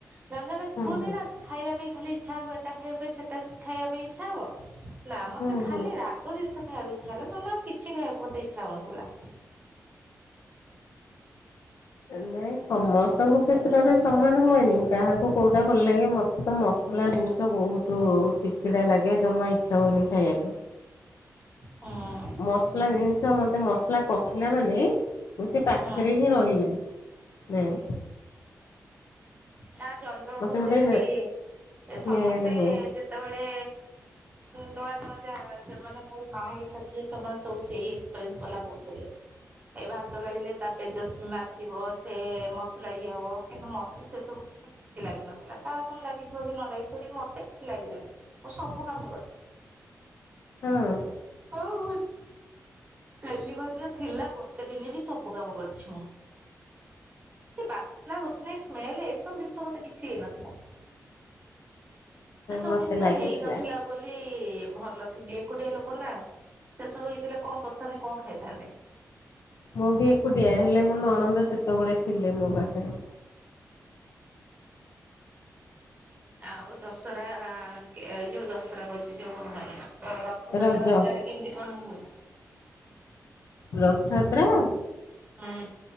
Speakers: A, on the right (about 25°); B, on the left (about 60°).
A: ଜଣେ ଜଣେ
B: ହୁଁ
A: କୁହନ୍ତି
B: ହୁଁ
A: ନା ଖାଇଆ ଖାଲି ଇଛା ହବ ଏଟା ଖାଇବା ପାଇଁ ସେଟା ଖାଇବା ପାଇଁ ଇଛା ହବ, ନା ମତେ
B: ହୁଁ
A: ଖାଲି
B: ହୁଁ
A: ରା ରାଗ ଜିନିଷ ଖାଇବାକୁ ଇଛା ହେଲା ନ ହେଲେ କିଛି ଖାଇବା ମୋତେ ଇଛା ହଉନଥିଲା।
B: ନାଇଁ ସମସ୍ତଙ୍କ କ୍ଷେତ୍ରରେ ସମାନ ହୁଏନି କାହାକୁ କୋଉଟା ଭଲ ଲାଗେ ମତେ ତ ମସଲା ଜିନ୍ ସ ବହୁତୁ ଚିଡ଼ି ଚିଡ଼ା ଲାଗେ ଜମା ଇଚ୍ଛା ହୁଏନି ଖାଇବା ପାଇଁ।
A: ହୁଁ।
B: ମସଲା ଜିନିଷ ମୋତେ ମସଲା କଷିଲା ମାନେ ମୁଁ ସେ ପାଖରେ
A: ହୁଁ
B: ହିଁ ରହିବିନି। ନାଇ।
A: ନା ଜଣ ଜଣ
B: ମୋତେ
A: କୁ
B: ଗୋଟେ
A: ସେମତି
B: ସ୍ମେଲ୍
A: ସମସ୍ତେ
B: ହୁଏ
A: ଯେ ଯେତେବେଳେ ନୂଆ ନୂଆ ଯାହା ଯଉମାନଙ୍କର ମା ହେଇସାରିଥିଲେ ସେମାନେ ସବୁ ସେଇ <unintelligible> ବାଲା କହୁଥିଲେ। ଏ ଭାତ ଗାଳିଲେ ତା ପେଜ ସ୍ମେ ଆସିବ ସେ ମସଲା ଇଏ ହବ କିନ୍ତୁ ମତେ ସେ ସବୁ କିଛି କିଛି ଲାଗି ନଥିଲା କାହା କଣ ଲାଗିଥିବ କି ନ ଲାଗିଥିବ କିନ୍ତୁ ମତେ କିଛି ଲାଗିଲାନି ମୁଁ ସବୁ କାମ କରେ।
B: ହୁଁ।
A: ହଉ <unintelligible> ଡେଲିଭରିରେ ଥିଲା ଗୋ ଟେ ଦିନରେ ବି ସବୁ କାମ କରିଛି ମୁଁ ସେ ବାସ୍ନା ବୁସ୍ନି ସ୍ମେଲ ଏସବୁ ଜିନିଷ ମତେ କିଛି ହେଇନଥିଲା। ସେ ସବୁ
B: ମୋତେ
A: ଜିନିଷ
B: ଲାଗିଥିଲା
A: ହେଇ ନଥିଲା ବୋଲି ଭଲ ଥିଲି ଏକୁଟିଆ ଲୋକ ନା ସେ ସବୁ ହେଇଥିଲେ କଣ କର ଥାନ୍ତି କଣ ଖାଇଥାନ୍ତି?
B: ମୁଁ ବି ଏକୁଟିଆ ହେଲେ ମୋ ନଣନ୍ଦ ସେତେବେଳେ ଥିଲେ ମୋ ପାଖେରେ।
A: ଆଉ ଦଶହରା ଏ ଯୋଉ ଦଶହରା କହୁଛି ଯୋଉ ରଥଯାତ୍ରା
B: ରଜ
A: ସିଆଡ଼େ କେମିତି କଣ ହୁଏ?
B: ରଥଯାତ୍ରା?
A: ହୁଁ